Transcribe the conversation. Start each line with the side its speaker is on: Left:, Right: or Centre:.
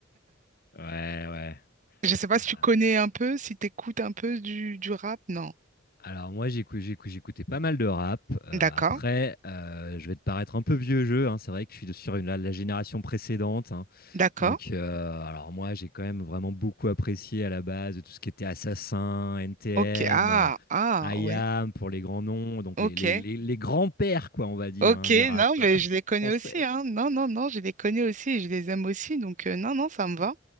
Left: Ouais, ouais.
Right: Je ne sais pas
Left: Ah,
Right: si tu connais un peu, si tu écoutes un peu du, du rap. Non.
Left: Alors moi, j'écou- j'écou- j'écoutais pas mal de rap. Euh,
Right: D'accord.
Left: après, euh, je vais te paraître un peu vieux jeu. hein. C'est vrai que je suis de- sur une- la, la génération précédente. hein.
Right: D'accord.
Left: Donc, euh, alors moi, j'ai quand même vraiment beaucoup apprécié à la base tout ce qui était Assassin, NTM,
Right: Ok. Ah,
Left: euh,
Right: ah,
Left: IAM
Right: oui.
Left: pour les grands noms, donc
Right: Ok.
Left: les, les- les- les grands-pères, quoi, on va dire,
Right: Ok.
Left: hein, du rap
Right: Non, mais
Left: euh, <laughs>
Right: je les connais
Left: français.
Right: aussi, hein. Non, non, non, je les connais aussi et je les aime aussi. Donc, euh, non, non, ça me va.